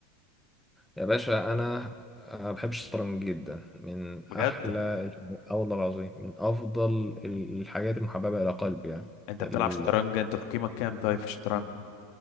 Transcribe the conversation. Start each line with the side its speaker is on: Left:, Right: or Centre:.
Centre: يا باشا انا أه، بحب الشطرنج جدا من
Left: <laughs> بجد
Centre: احلى ال- اه والله العظيم من افضل ال- الحاجات المحببه الى قلبي يعني
Left: انت
Centre: ال...
Left: بتلعب شطرنج انت تقييمك كام طيب في الشطرنج